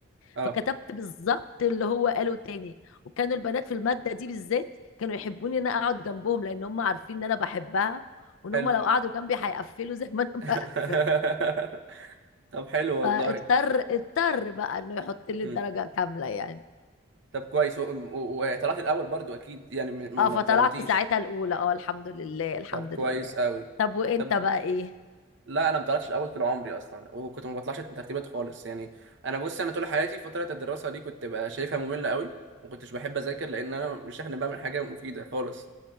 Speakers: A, on the right (about 60°); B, on the left (about 75°).
A: اه
B: فكتبت بالظبط اللي هو قاله تاني وكانوا البنات في المادة دي بالذات كانوا يحبوني ان انا اقعد جنبهم لان هم عارفين ان انا بحبها وان
A: حلو
B: هم لو قعدوا جنبي هيقفلوا زي ما انا
A: <laughs>
B: <laughs> بقفل
A: طب حلو والله
B: فاضطر اضطر بقى انه يحط لي
A: مم.
B: الدرجة كاملة يعني
A: طب كويس وطلعت و... و- وطلعت الاول برضو اكيد يعني م- ما
B: اه
A: ما
B: فطلعت
A: اتظلمتيش
B: ساعتها الاولى اه الحمد لله الحمد
A: طب كويس
B: لله
A: قوي
B: طب وانت
A: طب
B: بقى ايه
A: لا انا ما طلعتش الاول طول عمري اصلا وكنت ما بطلعش ترتيبات خالص يعني انا بص انا طول حياتي فتره الدراسه دي كنت بقى شايفها ممله قوي ما كنتش بحب اذاكر لان انا مش شايف اني بعمل حاجه مفيده خالص